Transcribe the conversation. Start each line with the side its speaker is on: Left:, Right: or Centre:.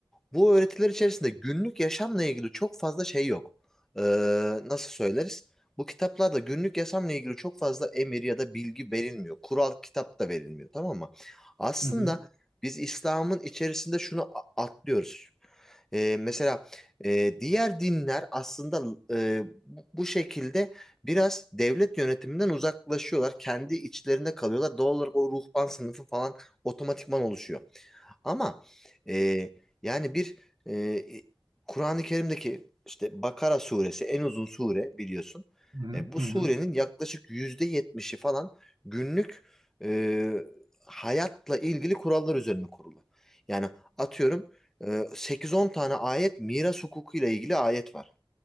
Centre: bu öğretiler içerisinde günlük yaşamla ilgili çok fazla şey yok. Ee, nasıl söyleriz? Bu kitaplarda günlük yaşamla ilgili çok fazla emir ya da bilgi verilmiyor. Kural kitap da verilmiyor, tamam mı? Aslında
Right: hı hı
Centre: biz İslam'ın içerisinde şunu a- atlıyoruz. Ee, mesela e, diğer dinler aslında e, bu bu şekilde biraz devlet yönetiminden uzaklaşıyorlar. Kendi içlerinde kalıyorlar. Doğal olarak o ruhban sınıfı falan otomatikman oluşuyor. Ama e, yani bir e, e, Kur'an-ı Kerim'deki işte Bakara suresi en uzun sure biliyorsun.
Right: hı
Centre: E, bu
Right: hı
Centre: surenin
Right: hı. hı.
Centre: yaklaşık yüzde yetmişi falan günlük e, hayatla ilgili kurallar üzerine kurulu. Yani atıyorum e, 8-10 tane ayet miras hukukuyla ilgili ayet var.